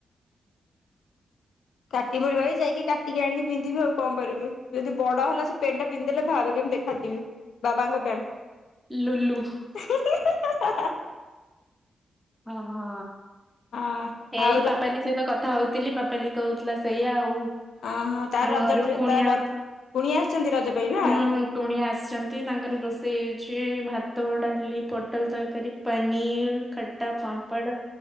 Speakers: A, on the left; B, in the centre.
A: କାଟିବି ବୋଲି ଭାବିଚି ଯାଇକି କାଟିକି ଆଣିକି ପିନ୍ଧିବି ଆଉ କଣ କରିବି। ଯଦି ବଡ ହେଲା ସେ ପେଣ୍ଟେ ଟା ପିନ୍ଧି ଦେଲେ ଭାରେ କେମିତି ଦେଖ। ଖାଦିବି ବାବାଙ୍କ ପ୍ୟାଣ୍ଟ
B: ଲୁଲୁ
A: ହିଁ ହିଁ ହା ହା ହା।
B: ଓହୋ
A: ହଁ
B: ଏଇ
A: ଆଉ ର
B: ପାପାଲି ସେହିତ କଥା ହଉଥିଲି ପାପାଲି କହୁଥିଲା ସେଇଆ ଆଉ।
A: ଅହୋ ତାର
B: ତାଙ୍କ
A: ରଜ
B: ଘରୁ
A: ଡ୍ରେ
B: କୁଣିଆ
A: ତାର ରଜ କୁଣିଆ ଆସିଛନ୍ତି ରଜ ପାଇଁ ନା।
B: ହୁଁ କୁଣିଆ ଆସିଛନ୍ତି ତାଙ୍କର ରୋଷେଇ ହେଇଛି ଭାତ ଡାଲି ପୋଟଲ ତରକାରୀ ପାଇଁ ପନିର ଖଟା ପାମ୍ପଡ଼